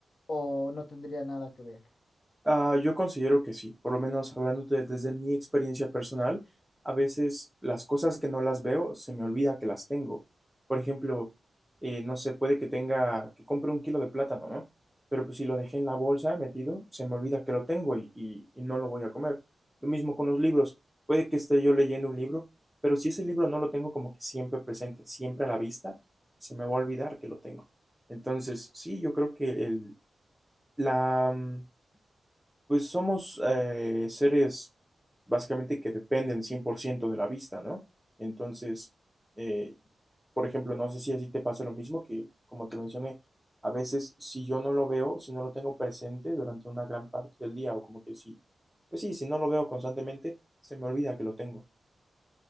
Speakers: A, on the left; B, in the centre.
A: o no tendría nada que ver.
B: Ah, yo considero que sí, por lo menos hablando de- desde mi experiencia personal, a veces las cosas que no las veo se me olvida que las tengo. Por ejemplo, eh, no sé, puede que tenga, que compre un kilo de plátano, ¿no? Pero pues si lo dejé en la bolsa metido, se me olvida que lo tengo y, y- y no lo voy a comer. Lo mismo con los libros, puede que esté yo leyendo un libro, pero si ese libro no lo tengo como que siempre presente, siempre a la vista, se me va a olvidar que lo tengo. Entonces, sí, yo creo que el, la... mm, pues somos eh, seres básicamente que dependen 100% de la vista, ¿no? Entonces, eh, por ejemplo, no sé si así te pasa lo mismo, que como te mencioné, a veces si yo no lo veo, si no lo tengo presente durante una gran parte del día, o como que sí, pues sí, si no lo veo constantemente, se me olvida que lo tengo.